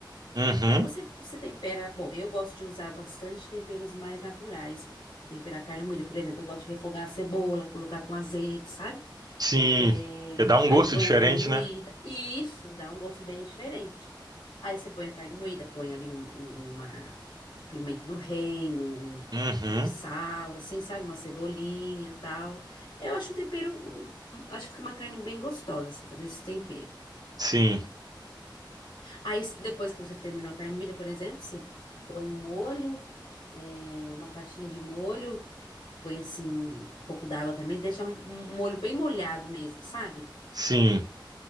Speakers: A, on the right; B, on the left.
A: Uhum.
B: Aí você, você tempera. Bom, eu gosto de usar bastante temperos mais naturais para temperar carne moída. Por exemplo, eu gosto de refogar a cebola, colocar com azeite, sabe?
A: Sim.
B: É,
A: Porque dá um
B: aí
A: gosto
B: põe
A: diferente,
B: a carne moída.
A: né?
B: E isso dá um gosto bem diferente. Aí você põe a carne moída, põe ali um- um- uma pimenta do reino, um,
A: Uhum.
B: um sal, assim, sabe? Uma cebolinha, tal. Eu acho um tempero, um- um- acho que fica uma carne bem gostosa você fazer esse tempero.
A: Sim.
B: Aí depois que você terminou a carne moída, por exemplo, você põe um molho, é, uma caixinha de molho, põe assim um pouco d'água também, deixa um um molho bem molhado mesmo, sabe?
A: Sim.